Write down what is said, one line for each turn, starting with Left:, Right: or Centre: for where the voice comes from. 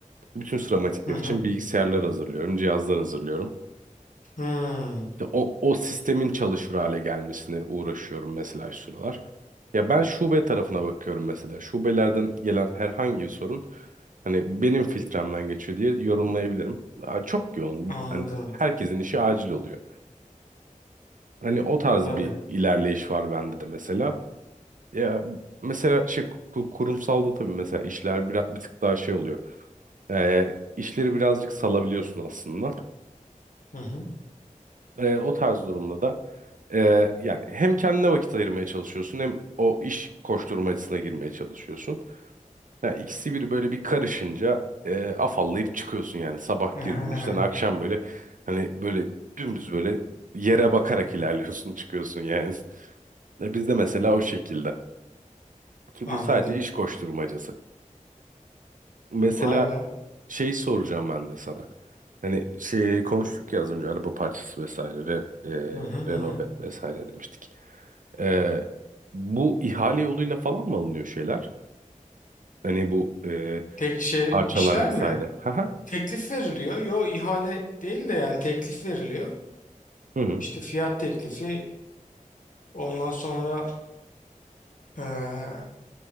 Right: Bütün sıramatikler
Left: Hı hı.
Right: için bilgisayarlar hazırlıyorum, cihazlar hazırlıyorum.
Left: Hı.
Right: Ya o, o sistemin çalışır hale gelmesine uğraşıyorum mesela şu sıralar. Ya ben şube tarafına bakıyorum mesela. Şubelerden gelen herhangi bir sorun hani benim filtremden geçiyor diye yorumlayabilirim. Aa, Çok yoğun.
Left: Anladım.
Right: Hani herkesin işi acil oluyor. Hani o tarz
Left: Tabii.
Right: bir ilerleyiş var bende de mesela. Ya mesela şey ku- kurumsalda tabii mesela işler biraz bir tık daha şey oluyor. Ee, işleri birazcık salabiliyorsun aslında.
Left: Hı hı.
Right: E, o tarz durumda da e, yani hem kendine vakit ayırmaya çalışıyorsun hem o iş koşturmacasına girmeye çalışıyorsun. Ya ikisi bir böyle bir karışınca e, afallayıp çıkıyorsun yani sabah
Left: <laughs>
Right: girdiğin işten akşam böyle hani böyle dümdüz böyle yere bakarak ilerliyorsun <laughs> çıkıyorsun yani. Ya bizde mesela o şekilde ki
Left: Anladım.
Right: bu sadece iş koşturmacası. Mesela
Left: Vay be.
Right: şey soracağım ben de sana. Hani şey konuştuk ya az önce araba parçası vesaire, re,
Left: Hı hı hı
Right: e, Renault
Left: hı.
Right: ve- vesaire demiştik. Ee, bu ihale yoluyla falan mı alınıyor şeyler? Hani bu e,
Left: Tek şey
Right: parçalar
Left: işler
Right: vesaire.
Left: mi?
Right: Haha.
Left: Teklif veriliyor. Yo ihale değil de yani teklif veriliyor.
Right: Hı hı.
Left: İşte fiyat teklifi ondan sonra eee,